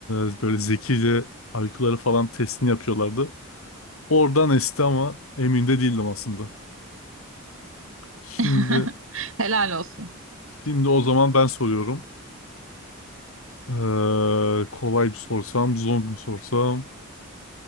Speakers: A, on the left; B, on the right.
A: e, böyle zekice IQ'ları falan testini yapıyorlardı. Oradan esti ama emin de değildim aslında. Şimdi
B: <laughs> Helal olsun.
A: şimdi o zaman ben soruyorum. Ee, kolay bir sorsam, zor bir sorsam.